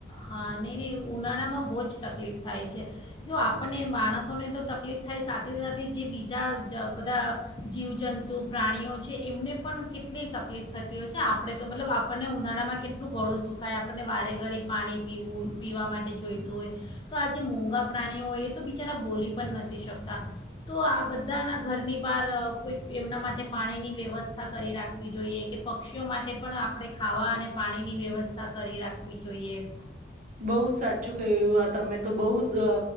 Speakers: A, on the left; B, on the right.
A: હા, નઈ નહ ઉનાળા માં બોજ તકલીફ થાય છે જો આપણને માણસોને તો તકલીફ થાય, સાથે સાથે જે બીજા બધા જીવજંતુ પ્રાણીઓ છે, એમને પણ કેટલી તકલીફ થતી હોય છે આપણે તો મતલબ આપણને ઉનાળામાં કેટલું ગળું સુકાય આપ આપણને વારે ઘડી પાણી પીવું પીવા માટે જોઈતું હોય, તો આજે મોંઘા પ્રાણીઓ હોય એ તો બિચારા બોલી પણ નથી શકતા તો આ બધાના ઘરની બહાર કોઈક એમના માટે પાણીની વ્યવસ્થા કરી રાખવી જોઈએ, કે પક્ષીઓ માટે પણ આપણે ખાવા અને પાણીની વ્યવસ્થા કરી રાખવી જોઈએ.
B: બઉુ જ સાચું ક્યું આ તમે તો બઉ જ